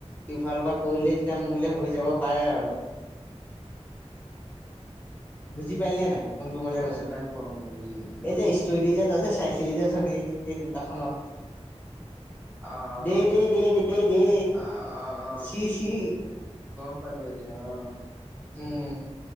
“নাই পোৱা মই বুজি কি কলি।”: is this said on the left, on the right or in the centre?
Right